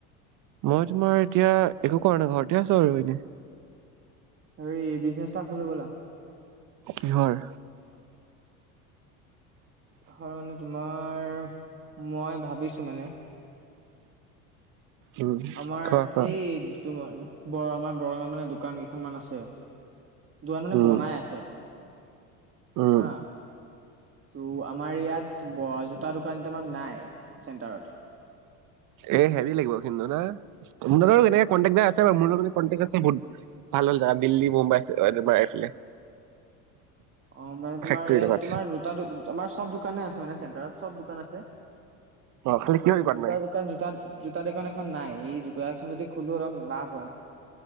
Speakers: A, on the right (about 50°); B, on the right (about 30°).
A: মই তোমাৰ এতিয়া একো কৰা নাই, ঘৰতে আছো আৰু এনেই।
B: হেৰি বিজনেছ এটা খোলোঁ বলা।
A: কিহৰ?
B: কিহৰ মানে তোমাৰ, মই ভাবিছোঁ মানে।
A: উম
B: আমাৰ
A: কোৱা কোৱা
B: এই তোমাৰ ব আমাৰ বৰঙত মানে দোকান কেইখনমান আছে। দুকান মানে
A: উম
B: বনাই আছে,
A: উম
B: হা। টো' আমাৰ ইয়াত জোতা দোকান কেটামান নাই, চেণ্টাৰত।
A: এ হেভি লাগিব কিন্তু ন, তোমাৰ এনে কন্টেকডা আছ মোৰ লগতে কন্টেক আছে বহুত ভাল ভাল জেগাত, দিল্লী, মুম্বাই তোমাৰ এইফালে।
B: অ' মানে তোমাৰ
A: ফেক্টৰী
B: ইয়াত
A: দোকানত
B: তোমাৰ জোতা, তোমাৰ চব দোকানে আছে মানে, চেণ্টাৰত চব দোকান আছে।
A: অ খালি কিহৰ
B: বাট
A: দোকানত
B: জুতা
A: নাই।
B: দোকান, জুতাত জোতা দোকান এখন নাই, সেই জোতা এখন যদি খুলো অলপ লাভ হয়।